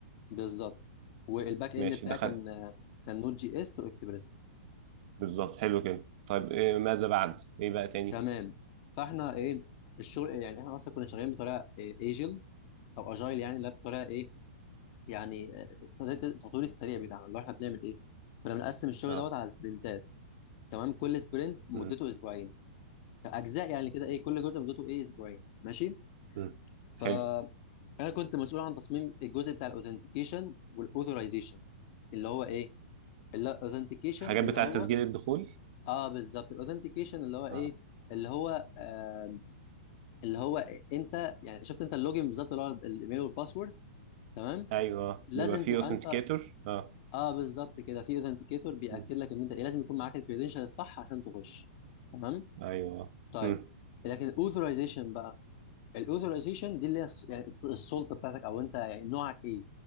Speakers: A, on the left; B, on the right.
A: بالظبط والباك اند
B: ماشي
A: بتاعي
B: دخلت
A: كان كان نوت جي اس واكسبريس
B: بالظبط حلو كده طيب إيه ماذا بعد ايه بقى تاني
A: تمام فاحنا ايه الشغل يعني احنا اصلا كنا شغالين بطريقه ايجل او اجايل يعني لا بطريقه ايه يعني آه، التطوير السريع بتاعنا اللي هو احنا بنعمل ايه كنا بنقسم الشغل
B: اه
A: دوت على سبرنتات تمام كل سبرنت مدته
B: مم.
A: اسبوعين كاجزاء يعني كده ايه كل جزء مدته ايه اسبوعين ماشي
B: مم.
A: فانا
B: حلو
A: كنت مسؤول عن تصميم الجزء بتاع الاوثنتيكيشن والاوثورايزيشن اللي هو ايه الاوثنتيكيشن
B: الحاجات
A: اللي authentication
B: بتاعة
A: اللي هو
B: تسجيل الدخول
A: اه بالظبط الاوثنتيكيشن اللي هو ايه
B: اه
A: اللي هو آه اللي هو إيه؟ انت يعني شفت انت اللوجن بالظبط اللي هو الايميل والباسورد تمام
B: ايوه
A: لازم
B: بيبقى فيه
A: تبقى
B: اوثنتيكيتور
A: انت
B: اه
A: اه بالظبط كده في اوثنتيكيتور بياكد
B: مم.
A: لك ان انت ايه لازم يكون معاك الكريدنشال الصح عشان تخش تمام
B: ايوه
A: طيب
B: مم.
A: لكن الاوثرايزيشن بقى الاوثرايزيشن دي اللي هي الس- يعني السلطه بتاعتك او انت يعني نوعك ايه